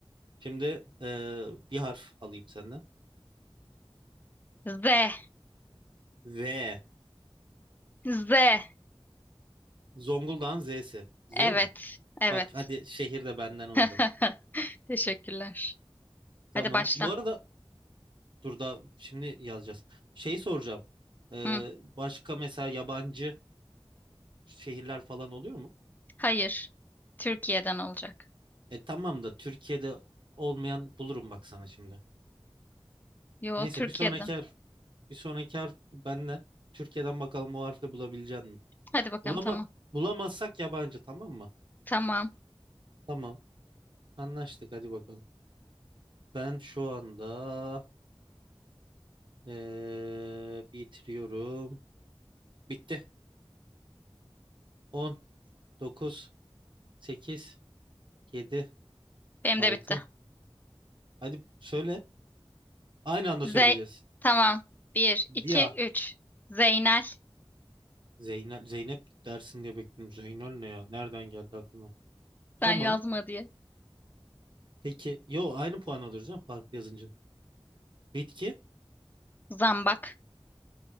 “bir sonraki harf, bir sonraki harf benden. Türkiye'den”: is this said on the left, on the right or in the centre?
Right